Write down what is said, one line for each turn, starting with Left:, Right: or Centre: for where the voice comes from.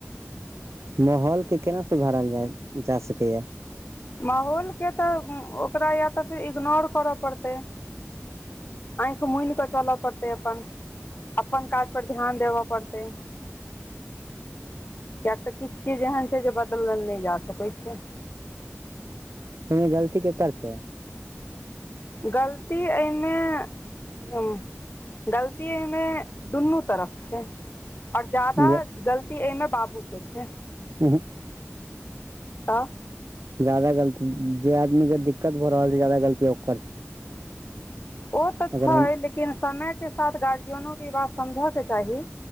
Right: माहौलके केना सुधारल जाय जा सकैय।
Left: माहौलके तऽ ओकरा या तऽ फेर इग्नोर करऽ पड़तै आँखि मुनिकऽ चलऽ पड़तै अपन, अपन काज पर ध्यान देबऽ पड़तै। कियकि तऽ किछु चीज एहन छै जे बदलल नहि जा सकैत छै।
Right: अहिमे गलती केकर छै।
Left: गलती एहिमे ह गलती एहिमे दुनू तरफ छै। आओर जादा
Right: जे
Left: गलती एहिमे बाबूके छै।
Right: उहुं
Left: तऽ
Right: जादा गलती जे आदमी के दिक्कत भऽ रहल छै ज्यादा गलती ओकर छै।
Left: ओ तऽ
Right: अगर
Left: छै
Right: हम
Left: लेकिन समयके साथ गार्जियनोके ई बात समझऽके चाही